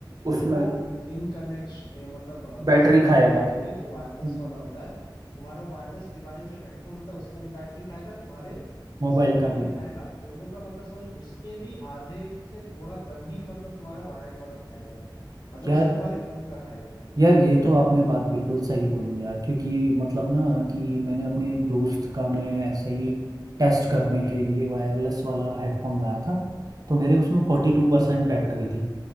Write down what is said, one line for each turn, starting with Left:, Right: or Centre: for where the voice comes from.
Right: उसमें
Left: वो इन कनेक्शन मतलब अ,
Right: बैटरी
Left: इसके
Right: खाएगा
Left: मुकाबले जो वायरलेस
Right: हम्म,
Left: वाला होता है तुम्हारा वायरलेस डिवाइस जो हेडफोन होता है उसका भी बैटरी खाएगा तुम्हारे
Right: मोबाइल
Left: फोन का
Right: का
Left: भी
Right: भी
Left: खाएगा दोनों का मतलब समझ उसके भी आधे से थोड़ा कम ही मतलब तुम्हारा वायर्ड वाला खाएगा मतलब
Right: यार
Left: वो सिर्फ तुम्हारे फोन का खाएगा
Right: यार ये तो आपने बात बिल्कुल सही बोली यार क्योंकि मतलब ना कि मैंने अपने एक दोस्त का मैं ऐसे ही टेस्ट करने के लिए वायरलेस वाला हेडफोन लाया था तो मेरे उसमें फोर्टी टू परसेंट बैटरी थी